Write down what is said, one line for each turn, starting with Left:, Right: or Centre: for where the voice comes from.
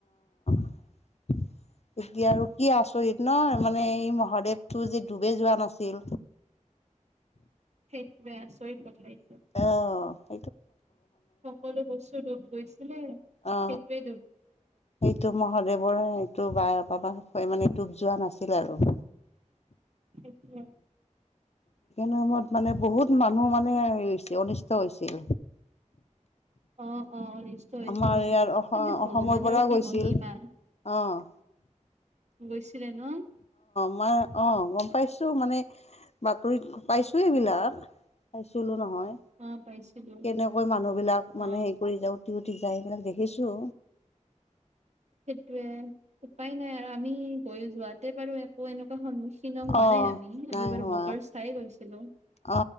Left: <inaudible> এতিয়া আৰু কি আচৰিত ন মানে এই মহাদেৱটো যে ডুবেই যোৱা নাছিল
Right: সেইটোৱে আচৰিত কথা এইটো
Left: আহ
Right: সকলো বস্তু ডুব গৈছিলে
Left: অ
Right: সেইটোয়ে
Left: সেইটো মহাদেৱৰ এইটো বা বাবা মানে টোপ যোৱা নাছিল আৰু
Right: থতিে
Left: নামত মানে বহুত মানুহ মানেছিল অনিষ্ট হৈছিল
Right: অ অ অনিষ্ট হৈছিলে
Left: আমাৰ ইয়াৰ অসম
Right: মানে ভগৱানৰ
Left: অসমৰ পৰা
Right: কি
Left: গৈছিল
Right: মহিমা
Left: অ
Right: গৈছিলে ন
Left: আমাৰ অ গম পাইছো মানে বাতৰিত পাইছো এইবিলাক চাইছিলো নহয়
Right: অ পাইছিলো
Left: কেনেকৈ মানুহ বিলাক
Right: অ
Left: মানে স কৰি যা উঠি উঠি যাই এইবিলাক দেখিছো
Right: সেইটোয়ে উপায় নাই আৰু আমি গৈ যোৱাতে পাৰো একো এনেকুৱা সন্মুখীন হোৱা
Left: অ',
Right: নাই আমি
Left: নাই
Right: আমি বাৰু
Left: হোৱা
Right: বতৰ চাইে গৈছিলো
Left: অ